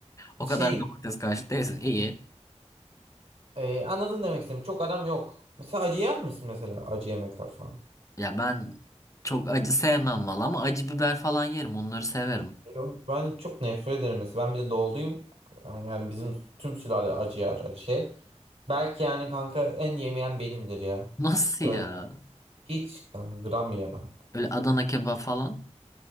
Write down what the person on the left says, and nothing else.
O
kadar domates karşı değilsin. İyi.
Ya ben çok acı sevmem valla ama acı biber falan yerim. Onları severim.
Nasıl
ya?
Öyle Adana kebap falan.